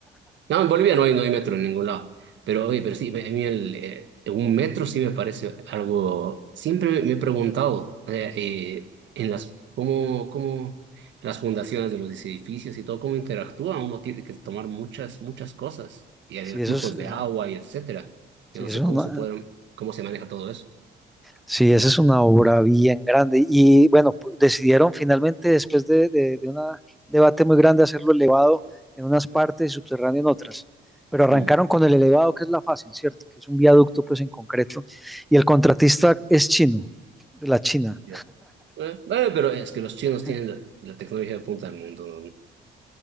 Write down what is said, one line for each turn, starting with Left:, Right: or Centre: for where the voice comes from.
Right: No, en Bolivia no hay, no hay metro en ningún lado. Pero oye, pero sí, me- a mí el, eh, un metro sí me parece algo. Siempre me, he preguntado eh, eh, en las cómo, cómo las fundaciones de los edificios y todo, cómo interactúan. Uno tiene que tomar muchas, muchas cosas. Y hay
Centre: Sí,
Right: flujos
Centre: eso es, eh,
Right: de agua y etcétera.
Centre: Sí,
Right: Yo no
Centre: es
Right: sé
Centre: una,
Right: cómo se pueden, cómo se maneja todo eso.
Centre: sí, esa es una obra bien grande. Y bueno, pu- decidieron finalmente, después de, de, de un debate muy grande, hacerlo elevado en unas partes y subterráneo en otras. Pero arrancaron
Right: Mm.
Centre: con el elevado, que es la fácil, ¿cierto? Que es un viaducto, pues en concreto. Y el contratista es chino, de la China.
Right: Ya. Eh, bueno, pero es que los chinos tienen
Centre: <laughs>
Right: la tecnología de punta del mundo, ¿no?